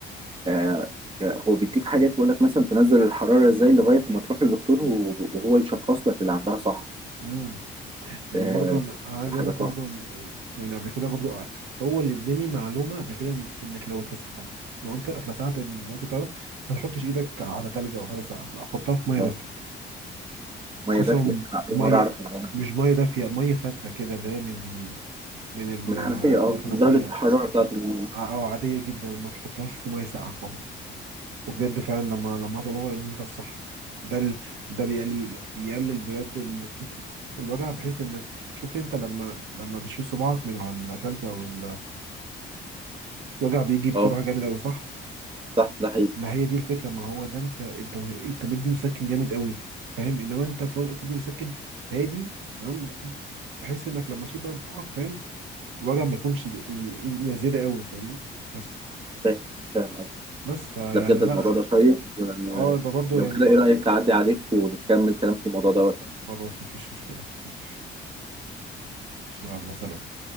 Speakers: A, on the right; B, on the right.
A: آه آه، هو بيديك حاجات بيقول لك مثلا تنزل الحراره ازاي لغايه ما تروح للدكتور وهو يشخص لك اللي عندها صح
B: مم. يعني
A: آه،
B: برضو انا أنا عايز
A: حاجة
B: اقول لك
A: صح
B: برضو إن- يعني قبل كده برضو هو اللي اداني معلومه قبل كده إن- انك لو اتلسعت لو انت اتلسعت من الوقت بتاع ده ما تحطش ايدك على تلج او حاجه ساقعه لا حطها في ميه
A: آه،
B: دافيه
A: ميه
B: قسم
A: دافيه أنا أول
B: ميه
A: مرة أعرف المعلومة
B: مش
A: دي
B: ميه دافيه ميه فاتره كده اللي هي من ال... من ال...
A: من الحنفية أه
B: من الحنفيه
A: من درجة الحرارة بتاعت ال-
B: ع- او عاديه جدا ما تحطهاش في ميه ساقعه خالص وبجد فعلا لما لما تدور ان انت الصح ده ال... ده بيقلل بيقلل بجد ال... <laughs> الوجع بحيث انك شفت انت لما لما بتشيل صباعك من على التلج او ال... الوجع بيجي بسرعه
A: أه
B: جامد قوي صح
A: صح ده حقيقي
B: ما هي دي الفكره ما هو ده انت انت انت مدي مسكن جامد قوي فاهم انما انت في وقت دي مسكن هادي تمام بحيث انك لما تشيل بقى صباعك فاهم الوجع ما يكونش ز- ز- يعني زياده قوي فاهمني بس
A: فاهم فاهم قصدي
B: بس فيعني
A: ده بجد الموضوع
B: لا
A: ده شيق آه،
B: اه يبقى برضه
A: لو
B: يعني
A: كده إيه رأيك أعدي عليك ونكمل كلام في الموضوع دوت
B: خلاص مفيش مشكله ماشي ان شاء الله سلام